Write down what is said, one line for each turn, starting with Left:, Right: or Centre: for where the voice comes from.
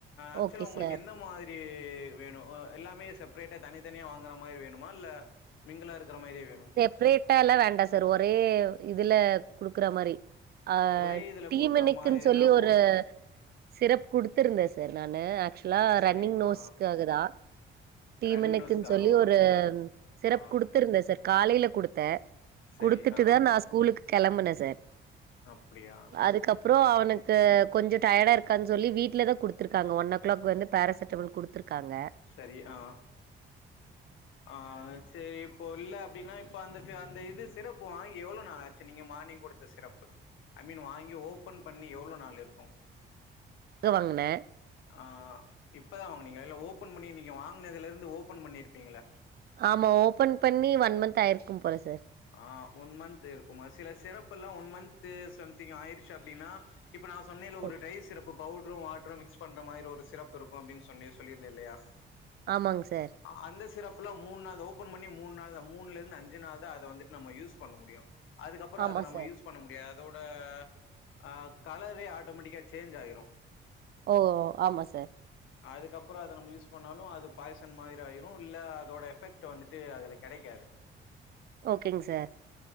Left: ஆக்சுவலா
Right: ஓகே
Left: உங்களுக்கு
Right: சார்.
Left: என்ன மாரி எப்டி வேணு எல்லாமே செப்ரேட்டா தனித்தனியா வாங்கற மாரி வேணுமா இல்ல மிங்கிளா இருக்கற மாரியே வேணுமா
Right: செப்ரேட்டா எல்லா வேண்டா சார் ஒரே இதுல குடுக்கற மாறி ஆ
Left: ஒரே இதுல
Right: டீம்
Left: குடுக்குற
Right: மினிக்குன்னு
Left: மாதிரினா
Right: சொல்லி
Left: போ
Right: ஒரு சிரப் குடுத்திருந்தே சார் நானு ஆக்சுவலா
Left: சரி
Right: ரன்னிங் நோஸ்க்காக
Left: ஆ
Right: தா டீ
Left: ரன்னிங்
Right: மினிக்குன்னு
Left: நோஸ்க்காகவா
Right: சொல்லி ஒரு சிரப்
Left: ஆ
Right: குடுத்திருந்த சார் காலைல குடுத்தே
Left: சரி
Right: குடுத்துட்டு
Left: ஆ
Right: தா நா ஸ்கூலுக்கு கெளம்புனே சார்
Left: அப்டியா
Right: அதுக்கப்புறோ அவனுக்கு
Left: ஆ
Right: கொஞ்சோ டயர்டா இருக்கான்னு சொல்லி வீட்ல தா குடுத்திருக்காங்க ஒன் ஓ கிளாக் வந்து பேராசிட்டமல் குடுத்திருக்காங்க
Left: சரி ஆ ஆ செரி இப்போ இல்ல அப்படின்னா இப்ப அந்த சி அந்த இது சிரப் வாங்கி எவ்ளோ நாள் ஆச்சு நீங்க மார்னிங் குடு த்த சிரப்பு ஐ மீன் வாங்கி ஓப்பன் பண்ணி எவ்ளோ நாள் இருக்கு
Right: இப்பதா வாங்குனே
Left: ஆ இப்ப தா வாங்குனீங்கள இல்ல ஓப்பன் பண்ணி நீங்க வாங்குனதுல இருந்து ஓப்பன் பண்ணிருப்பீங்கள
Right: ஆமா ஓப்பன் பண்ணி ஒன் மந்த் ஆயிருக்கும் போல சார்
Left: ஆ ஒன் மந்த் இருக்குமா சில சிரப் எல்லா ஒன் மந்த்து சம்திங் ஆயிருச்சு அப்டின்னா இப்ப நா சொன்னேலே
Right: ஓ
Left: ஒரு டை சிரப்பு பவுட்ரு வாட்ரு மிக்ஸ் பண்ற மாரி ஒரு சிரப்பு இருக்கு அப்டின்னு சொல்லி சொல்லிருந்தே இல்லையா
Right: ஆமாங் சார்
Left: அந்த சிரப் எல்லா மூண் நாள் தா ஓப்பன் பண்ணி மூண் நாள் தா மூணுல இருந்து அஞ்சு நாள் தா அத வந்துட்டு நம்ம யூஸ் பண்ண முடியு அதுக்கப்புறோ
Right: ஆமா
Left: அத நம்ம
Right: சார்.
Left: யூஸ் பண்ண முடியாது அதோட ஆ கலரே ஆட்டோமெட்டிக்கா சேஞ்ச் ஆயிரு
Right: ஓ ஆமா சார்
Left: அதுக்கப்பறோ அத நம்ம யூஸ் பண்ணாலு அது பாய்சன் மாரி ஆயிரு இல்ல அதோட எஃபக்ட் வந்துட்டு அதுல கெடைக்காது
Right: ஓகேங் சார்